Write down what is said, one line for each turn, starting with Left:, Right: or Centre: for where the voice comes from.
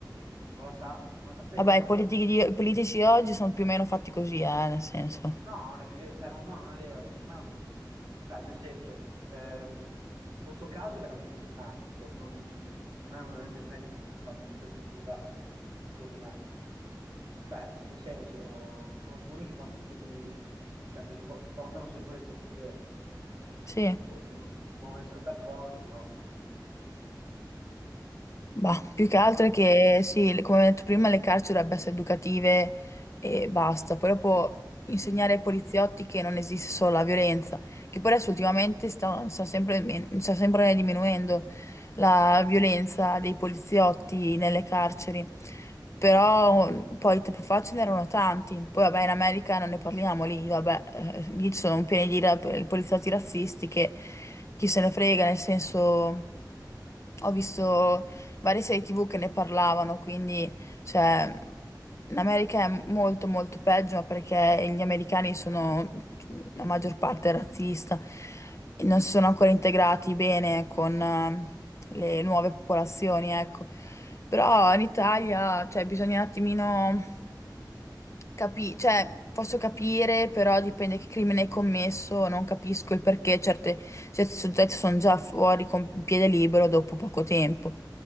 Right: non la sa, non la sapeva.
Left: Vabbè, i politici, di- i politici oggi sono più o meno fatti così, eh, nel senso.
Right: No, non è ve- cioè, non, no, non è vero, secondo me non sono tutti, cioè, nel senso, ehm, questo caso è veramente eclatante, poi non- secondo me non è, che non è che tutti fanno queste figuracce, secondo me, cioè, nel senso, sono alcuni che quando chiedi, cioè, che ti, po- ti portano sempre le controidee,
Left: Sì.
Right: poi uno può non essere d'accordo, però,
Left: Bah, più che altro
Right: Vabbè,
Left: è che sì, le- come ho detto prima, le carceri dovrebbero essere educative e basta. Poi dopo insegnare ai poliziotti che non esiste solo la violenza, che poi adesso ultimamente sta, sta sempre, men- sta sempre diminuendo la violenza dei poliziotti nelle carceri. Però mm, poi tempo fa ce n'erano tanti. Poi vabbè, in America non ne parliamo lì, vabbè, eh, lì ci sono pieni di ra- poliziotti razzisti che chi se ne frega, nel senso. Ho visto varie serie TV che ne parlavano, quindi cioè, in America è molto molto peggio, ma perché gli americani sono la maggior parte razzista e non si sono ancora integrati bene con eh, le nuove popolazioni, ecco. Però in Italia, cioè, bisogna un attimino Capi- cioè, posso capire, però dipende che crimine hai commesso, non capisco il perché certe- certi soggetti sono già fuori con piede libero dopo poco tempo.